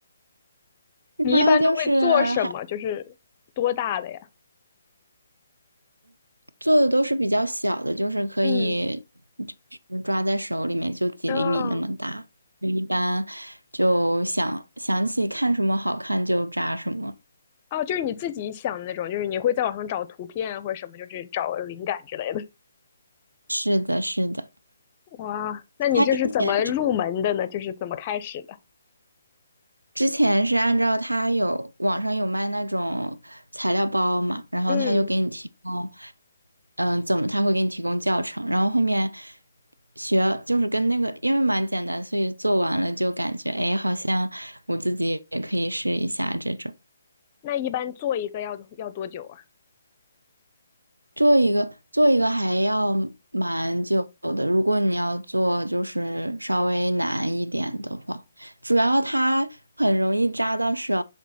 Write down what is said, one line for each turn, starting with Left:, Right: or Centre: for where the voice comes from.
Left: 你一般都会做什么？
Right: 它就是还
Left: 就是多大的呀？
Right: 做的都是比较小的，就是可以就是抓在手里面就几厘米那么大。
Left: 嗯，哦
Right: 就一般就想想起看什么好看就扎什么。
Left: 哦，就是你自己想的那种，就是你会在网上找图片啊或者什么，就是找灵感之类的。
Right: 是的，是的。
Left: 哇，那你这是怎么入门的呢？
Right: 他之前之
Left: 就是怎么开始的？
Right: 之前是按照他有网上有卖那种材料包嘛，然后他就给你提供。
Left: 嗯，
Right: 嗯、呃怎么他会给你提供教程，然后后面学就是跟那个，因为蛮简单，所以做完了就感觉，哎，好像我自己也可以试一下这种。
Left: 那一般做一个要要多久啊？
Right: 做一个做一个还要蛮久的，如果你要做就是稍微难一点的话，主要它很容易扎到手，